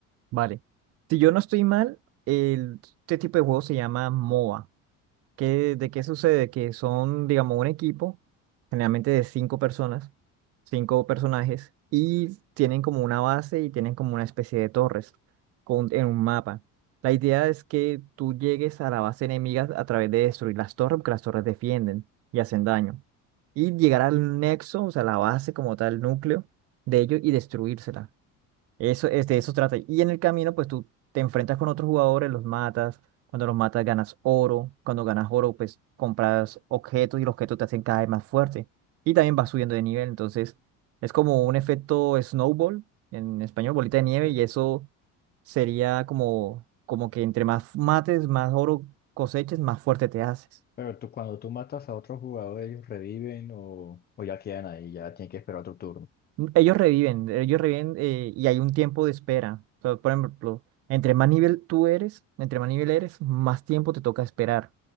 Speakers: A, on the right (about 45°); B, on the left (about 30°).
A: Vale. Si yo no estoy mal, el- este tipo de juego se llama MOBA. ¿Qué, de qué sucede? Que son, digamos, un equipo, generalmente de cinco personas, cinco personajes, y tienen como una base y tienen como una especie de torres con, en un mapa. La idea es que tú llegues a la base enemiga a través de destruir las torres, porque las torres defienden y hacen daño. Y llegar al nexo, o sea, la base como tal, núcleo de ellos y destruírsela. Eso, es de eso trata. Y en el camino, pues tú te enfrentas con otros jugadores, los matas. Cuando los matas, ganas oro. Cuando ganas oro, pues compras objetos y los objetos te hacen cada vez más fuerte. Y también vas subiendo de nivel. Entonces, es como un efecto snowball, en español, bolita de nieve.
B: Pe-
A: Y eso sería como, como que entre más mates, más oro coseches, más fuerte te haces.
B: Pero tú, cuando tú matas a otros jugadores, ellos reviven o, o ya quedan ahí, ya tienen que esperar otro turno.
A: Ellos reviven, ellos reviven eh, y hay un tiempo de espera. O sea, por ejemplo, entre más nivel tú eres, entre más nivel eres, más tiempo te toca esperar.